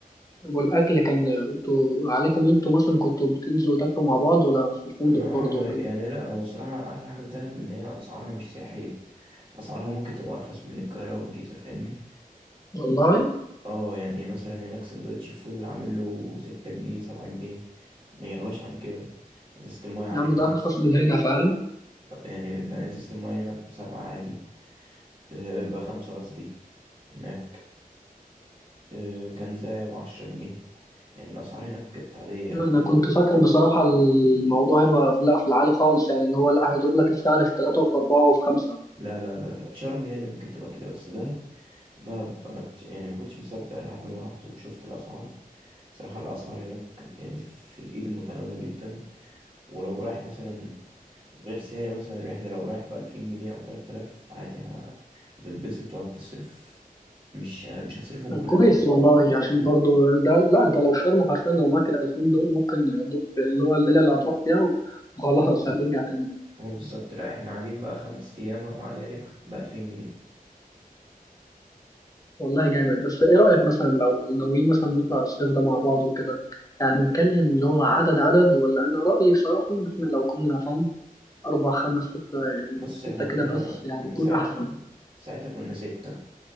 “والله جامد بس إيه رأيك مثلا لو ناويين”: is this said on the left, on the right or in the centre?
Left